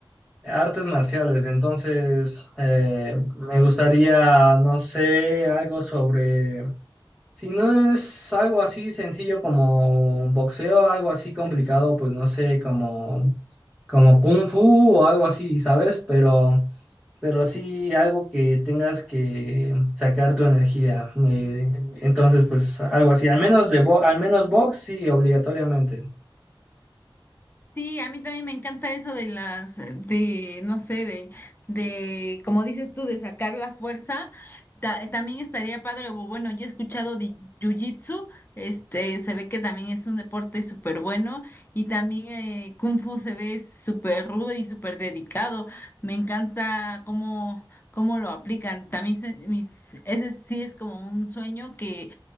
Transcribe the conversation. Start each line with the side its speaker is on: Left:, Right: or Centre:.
Centre: artes marciales, entonces eh, me gustaría, no sé, algo sobre... Si no es algo así sencillo como boxeo, algo así complicado, pues no sé, como, como kung fu o algo así, ¿sabes? Pero, pero sí algo que tengas que sacar tu energía. eh, entonces, pues algo así, al menos de bo- al menos box, sí, obligatoriamente.
Left: Sí, a mí también me encanta eso de las, eh, de, no sé, de, de, como dices tú, de sacar la fuerza. Ta- también estaría padre, o bueno, yo he escuchado de Jiu-Jitsu, este, se ve que también es un deporte súper bueno y también eh, Kung Fu se ve súper rudo y súper dedicado. Me encanta cómo, cómo lo aplican. También se- mis, ese sí es como un sueño que